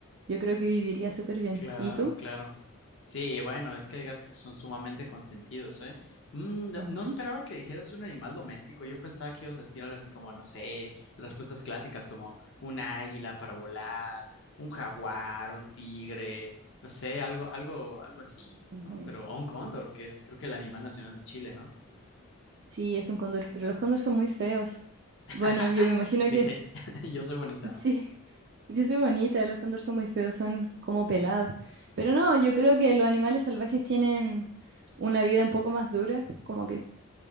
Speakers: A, on the right; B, on the left.
A: Yo creo que viviría súper bien.
B: Claro,
A: ¿Y tú?
B: claro. Sí, bueno, es que hay gatos que son sumamente consentidos, ¿eh? Mm, no,
A: Ujú,
B: no esperaba que dijeras un animal doméstico. Yo pensaba que ibas a decir algo así como, no sé, las respuestas clásicas como un águila para volar, un jaguar, un tigre, no sé, algo, algo, algo así,
A: ujú.
B: ¿no? Pero o un cóndor, que es creo que el animal nacional de Chile, ¿no?
A: Sí, es un cóndor, pero los cóndores son muy feos.
B: <laughs>
A: Bueno, yo me imagino
B: Dice,
A: que
B: <laughs> yo soy bonita,
A: <laughs>
B: ¿no?
A: sí, yo soy bonita, los cóndores son muy feos, son como pelados. Pero no, yo creo que los animales salvajes tienen una vida un poco más dura, como que